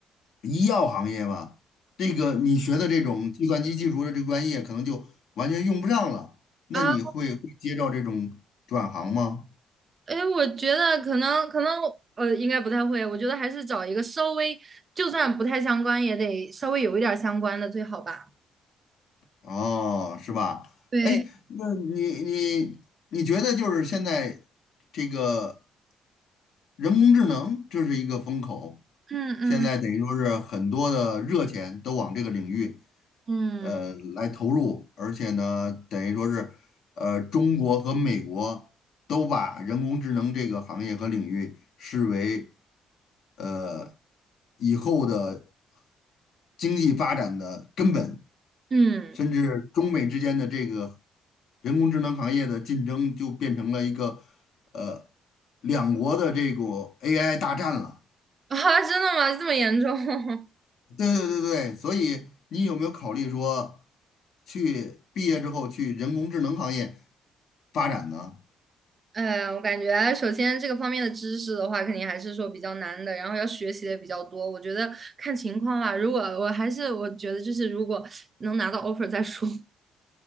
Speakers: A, on the left; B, on the right.
A: 医药行业吧，这个你学的这种计算机技术的这个专业，可能就完全用不上了。那你会会接到这种转行吗？
B: 啊，哎，我觉得可能可能呃应该不太会，我觉得还是找一个稍微就算不太相关也得稍微有一点儿相关的最好吧。
A: 哦，是吧？
B: 对，
A: 哎，那你你你觉得就是现在这个人工智能，这是一个风口，
B: 嗯嗯
A: 现在等于说是很多的热钱都往这个领域。
B: 嗯
A: 呃来投入，而且呢，等于说是，呃，中国和美国都把人工智能这个行业和领域视为呃以后的经济发展的根本，
B: 嗯
A: 甚至中美之间的这个人工智能行业的竞争就变成了一个呃两国的这种 AI 大战了。
B: 啊，真的吗？这么严重？<laughs>
A: 对对对对，所以你有没有考虑说，去毕业之后去人工智能行业发展呢？
B: 哎，我感觉首先这个方面的知识的话，肯定还是说比较难的，然后要学习的也比较多。我觉得看情况吧，如果我还是我觉得就是如果能拿到 offer 再说。